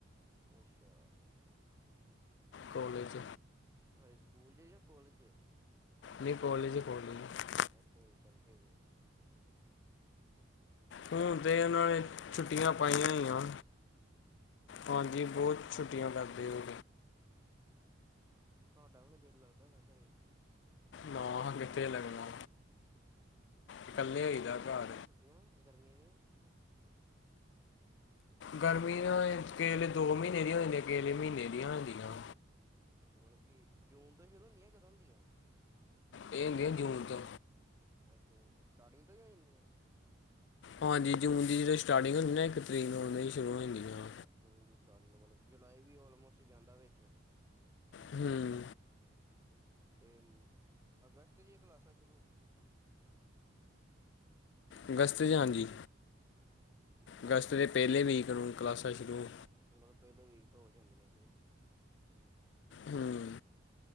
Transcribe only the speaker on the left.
ਕੋਲੇਜ
ਨਹੀਂ ਕੋਲਜ ਹੀ ਕੋਲਜ
ਹੁਣ ਤੇ ਉਹਨਾਂ
ਨੇ
ਛੁੱਟੀਆਂ
ਪਾਈਆਂ
ਹੋਈਆਂ।
ਹਾਂਜੀ ਬਹੁਤ ਛੁੱਟੀਆਂ ਕਰਦੇ ਹੋ
ਨਾ ਹਾਂ ਕਿੱਥੇ ਲੱਗਣਾ ਇਕੱਲੇ ਹੋਈ ਦਾ ਘਰ
ਗਰਮੀ ਕੇਹੇ ਵੇਲੇ ਦੋ ਮਹੀਨੇ ਦੀਆਂ ਹੋ ਜਾਂਦੀਆਂ ਕੇਹੇ ਵੇਲੇ ਮਹੀਨੇ ਦੀਆਂ ਹੋ ਜਾਂਦੀਆਂ ਵਾਂ
ਇਹ ਹੁੰਦੀ ਜੂਨ ਤੋਂ
ਹਾਂਜੀ ਜੂਨ ਦੀ ਜਿਹੜੋਂ ਸਟਾਰਟਿੰਗ ਹੁੰਦੀ ਨਾ ਇੱਕ ਤਰੀਕ ਨੂੰ ਓਦੋਂ ਹੀ ਸ਼ੁਰੂ ਹੁੰਦੀਆਂ
ਹਮ।
ਅਗਸਤ 'ਚ ਹਾਂਜੀ
ਅਗਸਤ
ਦੇ ਪਹਿਲੇ
ਵੀਕ ਨੂੰ ਕਲਾਸਾਂ ਸ਼ੁਰੂ
ਹਮ।